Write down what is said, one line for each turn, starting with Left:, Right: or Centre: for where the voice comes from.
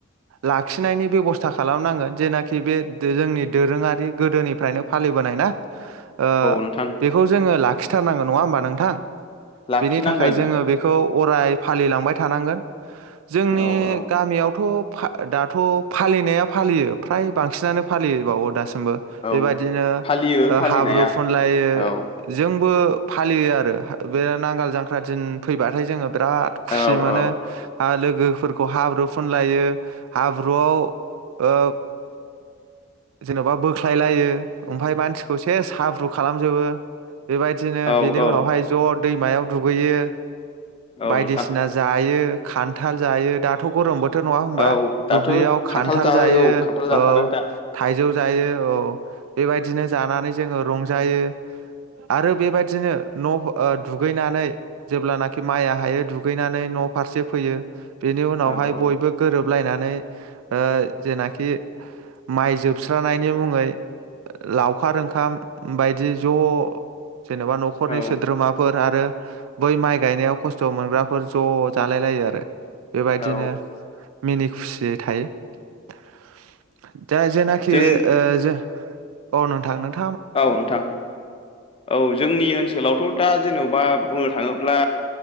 Right: लाखिनायनि बेब'स्था खालामनांगोन जेनाखि बे दोरोंनि जोंनि दोरोङारि गोदोनिफ्रायनो फालिबोनाय ना ओ
Left: नोंथां
Right: बेखौ जोङो लाखि थारनांगोन नङा होमबा नोंथां?
Left: लाखिनांगोन
Right: बेनि थाखाय जोङो बेखौ अराय फालिलांबाय थानांगोन । जोंनि
Left: औ औ
Right: गामियावथ' फा दाथ' फालिनाया फालियो फ्राय बांसिनानो फालियोबावो दासिम बो
Left: औ
Right: बेबायदिनो
Left: फालियो फालिनाया
Right: हाब्रु फोनलायो
Left: औ
Right: जोब बो फालियो आरो बे नांगाल जांख्रा दिन फैबाथाय जोङो बिराद खुसि
Left: औ
Right: मोनो
Left: औ
Right: आरो लोगोफोरखौ हाब्रु फुनलायो हाब्रुआव ओ जेन'बा बोख्लाय लायो । ओमफ्राय मानसि बेस हाब्रु खालामजोबो बेबायदिनो
Left: औ
Right: बेनि
Left: औ
Right: उनाव हाय ज' दैमायाव दुगैयो
Left: औ
Right: बायदिसिना
Left: नोंथां
Right: जायो खान्थाल जायो दाथ' गरम बोथोर नङा होनबा
Left: औ दाथ'
Right: दुब्लिआव खानथाल
Left: खान्थाल
Right: जायो
Left: औ खान्थाल जाथारो
Right: ओ
Left: दा
Right: थायजौ जायो औ बेबायदिनो जानानै जोङो रंजायो आरो बेबायदिनो न' ओ दुगैनानै जेब्लानाखि माइआ हायो दुगैनानै न' फारसे फैयो । बेनि उनावहाय
Left: औ औ
Right: बयबो गोरोब लायनानै ओ जे ना खि माइ जोबस्रानायनि मुङै लाव खार ओंखाम बायदि ज' जेनेबा न'खरनि
Left: औ
Right: सोद्रोमाफोर आरो बै माइ गायनायाव खस्थ' मोनग्राफोर ज' जालायलायो आरो बेबायदिनो
Left: औ
Right: मिनि खुसियै थायो । दा जेनाखि
Left: जों
Right: ओ ज अ नों <inaudible>
Left: औ नोंथां औ जोंनि ओनसोलावथ' दा जेन'बा बुंनो थाङोब्ला